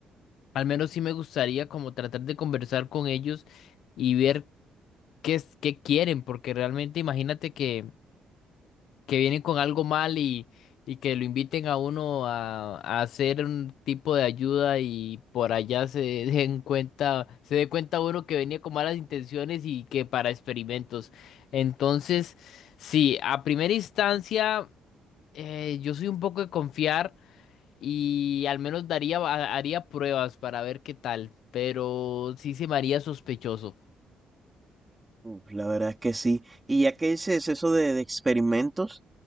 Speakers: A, on the left; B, on the right.
A: Al menos sí me gustaría como tratar de conversar con ellos y ver qué es, qué quieren, porque realmente imagínate que que vienen con algo mal y, y que lo inviten a uno a, a hacer un tipo de ayuda y por allá se <laughs> den cuenta, se dé cuenta uno que venía con malas intenciones y que para experimentos. Entonces, sí, a primera instancia, eh, yo soy un poco de confiar y al menos daría, ha- haría pruebas para ver qué tal, pero sí se me haría sospechoso.
B: Uf, la verdad es que sí. Y ya que dices eso de, de experimentos,